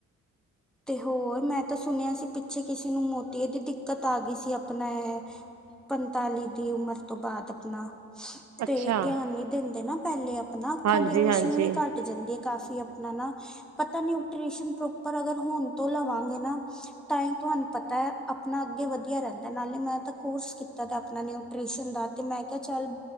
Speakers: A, in the centre; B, on the right (about 60°).
A: ਤੇ ਹੋਰ ਮੈਂ ਸੁਣਿਆ ਸੀ ਪਿੱਛੇ ਕਿਸੇ ਨੂੰ ਮੋਤੀਏ ਦੀ ਦਿੱਕਤ ਆ ਗਈ ਸੀ, ਆਪਣਾ ਇਹ ਪੰਤਾਲੀ ਦੀ ਉਮਰ ਤੋਂ ਬਾਅਦ ਆਪਣਾ
B: ਅੱਛਾ
A: ਤੇ ਧਿਆਨ ਨੀ ਦਿੰਦੇ ਨਾ। ਪਹਿਲੇ ਆ ਆਪ ਨਾ ਅੱਖਾਂ
B: ਹਾਂਜੀ
A: ਦੀ ਰੋਸ਼ਨੀ
B: ਹਾਂਜੀ
A: ਵੀ ਘੱਟ ਜਾਂਦੀ ਹੈ ਕਾਫੀ ਆਪਣਾ ਨਾ ਪਤਾ ਨਿਟ੍ਰਸ਼ਨ ਪ੍ਰੋਪਰ ਅਗਰ ਹੁਣ ਤੋਂ ਲਵਾਂਗੇ ਨਾ ਤਾਂ ਹੀ ਤੁਹਾਨੂੰ ਪਤਾ ਹੈ ਆਪਣਾ ਅੱਗੇ ਵਧੀਆ ਰਹਿੰਦਾ ਨਾਲੇ ਮੈਂ ਤਾਂ ਕੋਰਸ ਕੀ ਦਾ ਆਪਣਾ ਨਿਊਟ੍ਰੀਸ਼ਨ ਦਾ ਤੇ ਮੈਂ ਕਿਹਾ ਚੱਲ